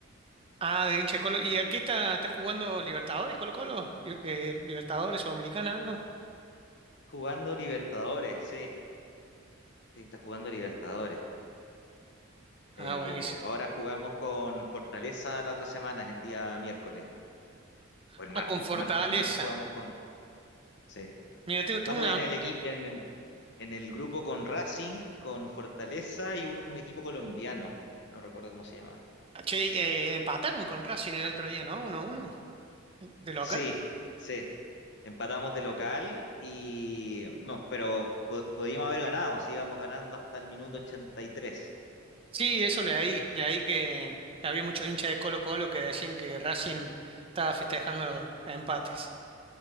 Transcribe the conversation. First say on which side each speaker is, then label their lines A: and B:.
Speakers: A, on the right; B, on the left.
A: Ah, de hincha de Colo. ¿Y aquí está, está jugando Libertadores, Colo Colo? Li- eh, Libertadores, Sudamericana, algo.
B: Jugando Libertadores, sí. Sí, está jugando Libertadores.
A: Ah,
B: Eh,
A: buenísimo.
B: ahora jugamos con Fortaleza la otra semana, es el día miércoles, o el
A: Ah,
B: martes,
A: con Fortaleza.
B: el martes, el martes jugamos con... Sí.
A: Mira, tengo,
B: Estamos
A: tengo una.
B: en el equipo, en, en- en el grupo con Racing, con Fortaleza y un equipo colombiano, no recuerdo cómo se llama.
A: Che, eh, empataron con Racing el otro día, no Uno a uno, de local.
B: Sí, sí, empatamos de local y... No, pero po- podíamos haber ganado, sí, íbamos ganando hasta el minuto ochenta y tres
A: Sí, eso leí. Leí que había muchos hinchas de Colo Colo que decían que Racing estaba festejando empates.